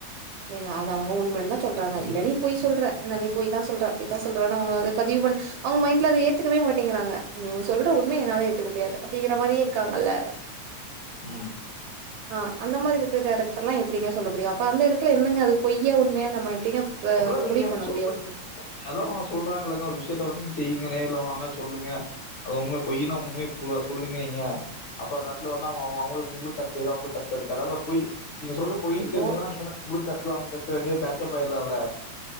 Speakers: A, on the right (about 75°); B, on the left (about 55°).
A: ஏங்க அத அவுங்க உண்மன் தான் சொல்றாங்க இல்ல நீ பொய் சொல்றெ இல்ல நீ பொய்தான் சொல்ற பொய்தா சொல்றனு அவுங்க அத பதிவு பண் அவ்ங்க மைண்ட்ல அத ஏத்துக்கவே மாட்டேங்குறாங்க நீ சொல்ற உண்மயே என்னால ஏத்துக்க முடியாது அப்டிங்கிற மாரியே இருக்காங்கல்லெ
B: ம்
A: அ அந்த மாரி விட்ட கேரெக்டர்லா எப்டிங்க சொல்ல முடியு அப்ப அந்த எடத் துல என்னங்க அது பொய்யா உண்மையா நம்ம எப்டிங்க ப
B: அப்றோ விடுங்க
A: முடிவு
B: <unintelligible>
A: பண்ண முடியு
B: அதா அவுங்க சொல்றாங்கல்லங்க ஒரு விஷ்யத்த வந்து நீங்க செய்ங்கனு இல்ல வாங் க சொல்லுங்க அது உண்ம பொய்யினு உண்மை புறா சொல்லுங்க நீங்க அப்ப அந்த எட்த்துல வந்து அவ அவ அவங்களுக்கு உங்களுக்கு கஷ்ட இருக் அவங்களுக்கு கஷ்டோ இருக்காதா அதனால பொய் நீங்க சொல்டரு பொய்ன்
A: இப்போ
B: தெரிஞ்சதுனா நீங்களா உங்ளுக் கஷ்டோ அவுங்ள்க் கஷ் சோ ரெண்டயு பேச்சப் ஆய்ர்லால்ல